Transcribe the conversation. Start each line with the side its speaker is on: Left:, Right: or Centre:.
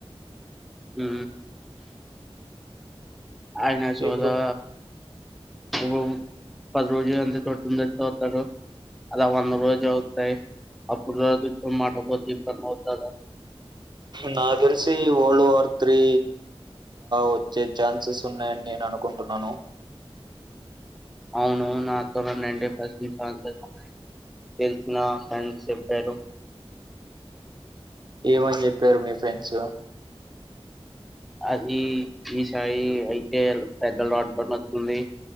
Centre: ఉ అయనా సోదా
Right: ఇప్పుడు
Centre: ఓ పది రోజు ఎంత <unintelligible> అలా వంద రోజులు అవుతాయి అప్పుడు వరకు <unintelligible> మాటపోతే ఇబ్బంది అవుతాద
Right: నా తెలిసి వరల్డ్ వార్ త్రీ వచ్చే ఛాన్సెస్ ఉన్నాయని నేను అనుకుంటున్నాను
Centre: అవును నాకు <unintelligible> తెలిసిన ఆయన చెప్పారు
Right: ఏమని చెప్పారు మీ ఫ్రెండ్స్
Centre: అది ఈసారి అయితే పెద్ద రాడ్ పడినట్టువుంది